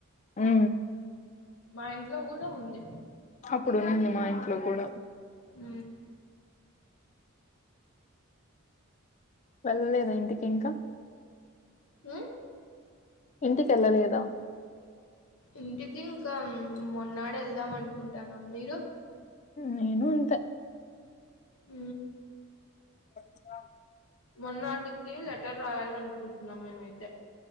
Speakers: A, on the left (about 35°); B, on the left (about 75°).
A: ఊ
B: మా ఇంట్లో కూడా ఉంది
A: అప్పుడు మా ఇంట్లో కూడ
B: ఊ
A: వెళ్ళలేదా ఇంటికి ఇంక
B: హు
A: ఇంటికెళ్ళలేదా
B: ఇంటికీ ఇంక మొన్నాడెళ్దాం అనుకుంటనా మీరు
A: నేను అంతె
B: ఊ
A: బస్టాప్
B: మొన్నాటికి, లెటర్ రాయాలనుకుంటున్నాం. మేమైతె